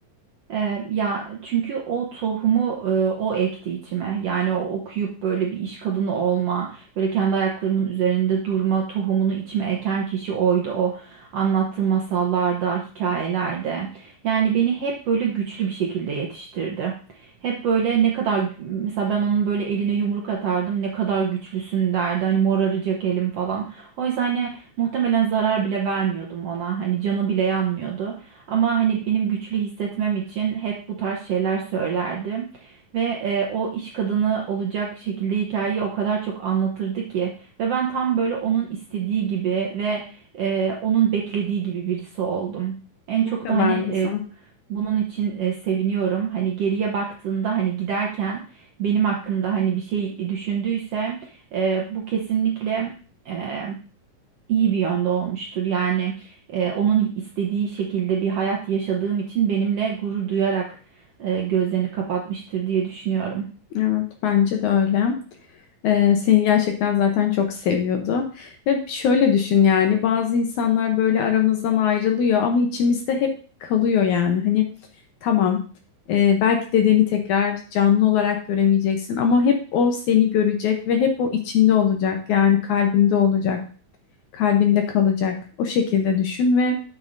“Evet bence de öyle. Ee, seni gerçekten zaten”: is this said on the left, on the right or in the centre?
Left